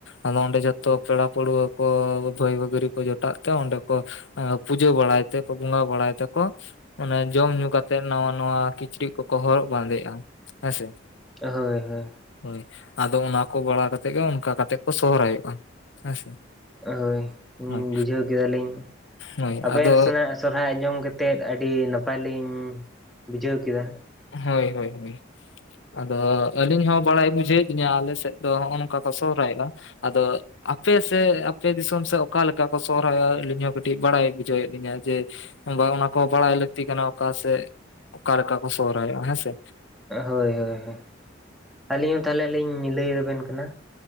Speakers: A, on the left (about 70°); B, in the centre.
A: ᱟᱫᱚ ᱚᱸᱰᱮ ᱡᱚᱛᱚ ᱯᱮᱲᱟ ᱯᱟᱹᱲᱦᱟᱹ ᱠᱚ ᱵᱷᱟᱹᱭ ᱵᱷᱟ. ᱜᱟ. ᱨᱤ ᱠᱚ ᱡᱚᱴᱟᱜ ᱛᱮ ᱚᱸᱰᱮ ᱠᱚ ᱯᱩᱡᱟᱹ ᱵᱟᱲᱟᱭ ᱛᱮᱠᱚ ᱵᱚᱸᱜᱟ ᱵᱟᱲᱟᱭ ᱛᱮᱠᱚ ᱚᱱᱮ ᱡᱚᱢ ᱧᱩ ᱠᱟᱛᱮᱜ ᱱᱟᱣᱟ ᱱᱟᱣᱟ ᱠᱤᱪᱨᱤᱡ ᱠᱚ ᱠᱚ ᱦᱚᱨᱚᱜ ᱵᱟᱸᱫᱮᱜᱼᱟ, ᱦᱮᱸ ᱥᱮ
B: ᱦᱳᱭ ᱦᱳᱭ
A: ᱦᱳᱭ ᱟᱫᱚ ᱚᱱᱟ ᱠᱚ ᱵᱟᱲᱟ ᱠᱟᱛᱮ ᱜᱮ ᱚᱱᱠᱟ ᱠᱟᱛᱮᱜ ᱠᱚ ᱥᱚᱦᱨᱟᱭᱚᱜᱼᱟ ᱦᱮᱸᱥᱮ
B: ᱦᱳᱭ
A: ᱦᱳᱭ
B: ᱵᱩᱡᱷᱟᱹᱣ ᱠᱮᱫᱟᱞᱤᱧ
A: ᱦᱳᱭ
B: ᱟᱯᱮ
A: ᱟᱫᱚ
B: ᱥᱮᱱᱟᱜ ᱥᱚᱨᱦᱟᱭ ᱟᱸᱡᱚᱢ ᱠᱟᱛᱮ ᱠᱟᱛᱮᱫ ᱟᱹᱰᱤ ᱱᱟᱯᱟᱭ ᱞᱤᱧ ᱵᱩᱡᱷᱟᱹᱣ ᱠᱮᱫᱟ
A: ᱦᱳᱭ ᱦᱳᱭ ᱦᱳᱭ ᱟᱫᱚ ᱟᱹᱞᱤᱧ ᱦᱚᱸ ᱵᱟᱲᱟᱭ ᱵᱩᱡᱷᱟᱹᱣᱮᱫ ᱞᱤᱧᱟᱹ ᱟᱞᱮ ᱥᱮᱫ ᱫᱚ ᱦᱚᱜᱼᱚᱭ ᱱᱚᱝᱠᱟ ᱠᱚ ᱥᱚᱦᱨᱟᱭᱚᱜᱼᱟ ᱟᱫᱚ ᱟᱯᱮ ᱥᱮ ᱟᱯᱮ ᱫᱤᱥᱚᱢ ᱥᱮᱫ ᱚᱠᱟᱞᱮᱠᱟ ᱠᱚ ᱥᱚᱦᱨᱟᱭᱚᱜᱼᱟ ᱟᱹᱞᱤᱧ ᱦᱚᱸ ᱠᱟᱹᱴᱤᱡ ᱵᱟᱲᱟᱭ ᱵᱩᱡᱷᱟᱹᱣᱮᱫ ᱞᱤᱧᱟᱹ ᱡᱮ ᱵᱟᱝ ᱚᱱᱟ ᱠᱚ ᱵᱟᱲᱟᱭ ᱞᱟᱹᱠᱛᱤ ᱠᱟᱱᱟ ᱚᱠᱟ ᱥᱮᱫ ᱚᱠᱟᱮᱠᱟ ᱠᱚ ᱥᱚᱦᱨᱟᱭᱚᱜᱼᱟ ᱦᱮᱸᱥᱮ᱾
B: ᱦᱳᱭ ᱦᱳᱭ ᱦᱳᱭ ᱟᱹᱞᱤᱧ ᱦᱚᱸ ᱛᱟᱦᱚᱞᱮ ᱞᱤᱧ ᱞᱟᱹᱭ ᱟᱵᱮᱱ ᱠᱟᱱᱟ